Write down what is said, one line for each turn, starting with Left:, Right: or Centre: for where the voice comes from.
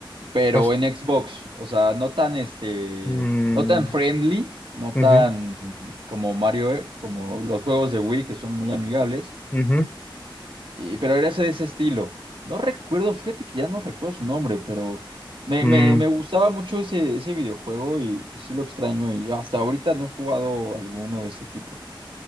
Right: pero
Left: O sea,
Right: en Xbox. O sea, no tan este,
Left: mm,
Right: no tan friendly, no
Left: ujú,
Right: tan como Mario, eh, como los juegos de Wii que son muy amigables.
Left: ujú,
Right: Y, pero era ese de ese estilo. No recuerdo, fíjate que ya no recuerdo su nombre, pero me,
Left: mm.
Right: me, me gustaba mucho ese, ese videojuego y pues, sí lo extraño. Y hasta ahorita no he jugado alguno de ese tipo.